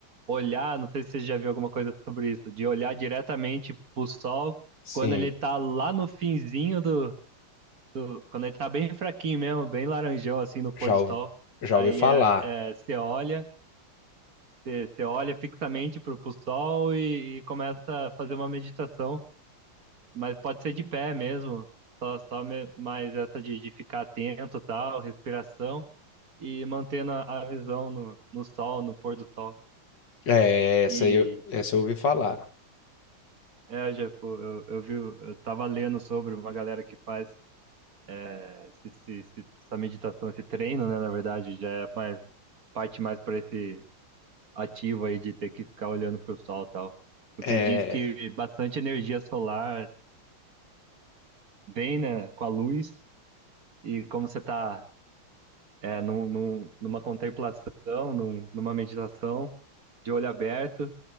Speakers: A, on the right (about 45°); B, on the left (about 60°).
A: olhar. Não sei se você já viu alguma coisa sobre isso, de olhar diretamente pro sol
B: sim.
A: quando ele tá lá no finzinho do do- quando ele tá bem fraquinho mesmo, bem laranjão, assim, no pôr
B: Já
A: do
B: ouvi,
A: sol.
B: já
A: Aí
B: ouvi falar.
A: é, é, você olha, você, você olha fixamente pro, pro sol e, e começa a fazer uma meditação, mas pode ser de pé mesmo, só, só me, mais essa de, de ficar atento, tal, respiração, e mantendo a, a visão no, no sol, no pôr do sol.
B: É, essa
A: E
B: aí eu, essa eu ouvi falar.
A: é, já, pô, eu, eu vi, eu tava lendo sobre uma galera que faz é, esse- esse- esse- essa meditação, esse treino, né, na verdade, já é mais, parte mais para esse ativo aí de ter que ficar olhando para o sol e tal. Porque
B: É,
A: diz que bastante energia solar vem, né, com a luz e como você está é, num, num- numa contemplação, num- numa meditação de olho aberto,